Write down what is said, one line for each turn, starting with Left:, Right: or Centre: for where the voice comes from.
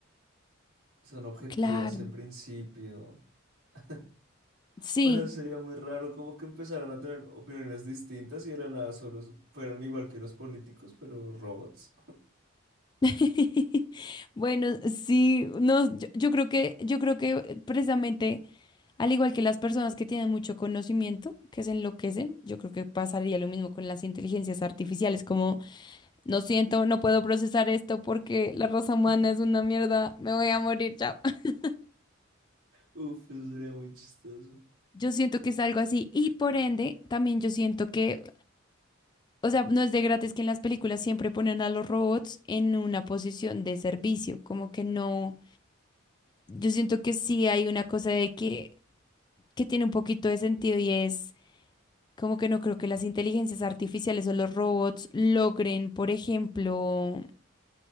Right: son objetivas
Left: claro,
Right: en principio, <laughs>
Left: sí.
Right: o sea, sería muy raro como que empezaran a tener opiniones distintas y de la nada solo fueran igual que los políticos, pero robots.
Left: <laughs> Bueno, sí, no, yo, yo creo que, yo creo que precisamente, al igual que las personas que tienen mucho conocimiento, que se enloquecen, yo creo que pasaría lo mismo con las inteligencias artificiales, como no siento, no puedo procesar esto porque la raza humana es una mierda, me voy a morir, chao. <laughs>
Right: Uf, eso sería muy chistoso.
Left: Yo siento que es algo así y por ende, también yo siento que, o sea, no es de gratis que en las películas siempre ponen a los robots en una posición de servicio, como que no. Yo siento que sí hay una cosa de que que tiene un poquito de sentido y es como que no creo que las inteligencias artificiales o los robots logren, por ejemplo,